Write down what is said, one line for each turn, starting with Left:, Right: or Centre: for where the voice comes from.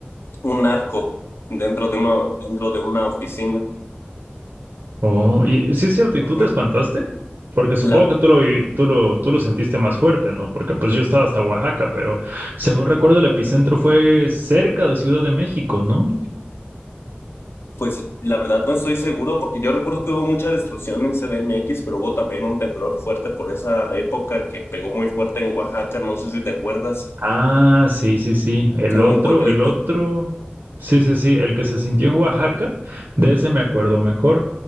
Left: Un narco dentro de una, dentro de una oficina.
Right: Oh, y sí es cierto, ¿y
Left: Ujú.
Right: tú te espantaste? Porque supongo
Left: La,
Right: que tú lo, vi- tú lo, tú lo sentiste más fuerte, ¿no? Porque pues yo estaba hasta Oaxaca, pero según recuerdo el epicentro fue cerca de Ciudad de México, ¿no?
Left: pues la verdad no estoy seguro porque yo recuerdo que hubo mucha destrucción en CDMX, pero hubo también un temblor fuerte por esa época que pegó muy fuerte en Oaxaca, no sé si te acuerdas,
Right: Ah, sí, sí, sí. El
Left: que hubo
Right: otro,
Left: un pueblito.
Right: el otro. Sí, sí, sí. El que se sintió en Oaxaca, de ese me acuerdo mejor.